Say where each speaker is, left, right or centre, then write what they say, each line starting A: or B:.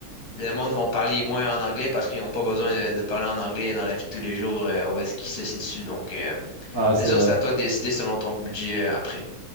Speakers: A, on the left; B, on the left.
A: le monde vont parler moins en anglais parce qu'ils n'ont pas besoin de, de parler en anglais dans la vie de tous les jours euh, où est-ce qu'ils se situent. Donc, euh,
B: Ah, c'est
A: c'est sûr,
B: vrai.
A: c'est à toi de décider selon ton budget euh, après.